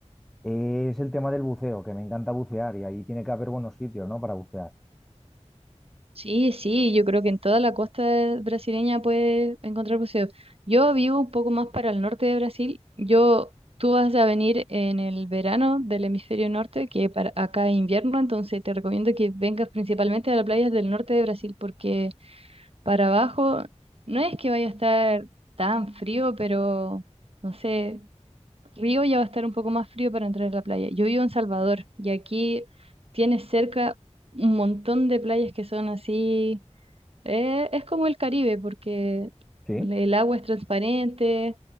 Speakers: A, in the centre; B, on the right.
A: es el tema del buceo, que me encanta bucear y ahí tiene que haber buenos sitios, ¿no? Para bucear.
B: sí, sí, yo creo que en toda la costa brasileña puedes encontrar buceo. Yo vivo un poco más para el norte de Brasil. Yo, tú vas a venir en el verano del hemisferio norte, que para acá es invierno, entonces te recomiendo que vengas principalmente a las playas del norte de Brasil, porque para abajo no es que vaya a estar tan frío, pero no sé, Río ya va a estar un poco más frío para entrar a la playa. Yo vivo en Salvador y aquí tienes cerca un montón de playas que son así. eh, es como el Caribe porque
A: Sí,
B: el agua es transparente,